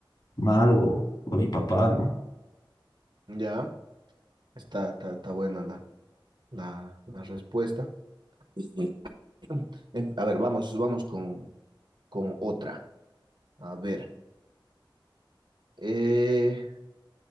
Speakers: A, on the left; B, on the right.
A: mal o, o a mi papá, ¿no?
B: Ya, está, está, está buena la, la, la respuesta. Ujú. En- A ver, vamos, vamos con, con otra. A ver, eh,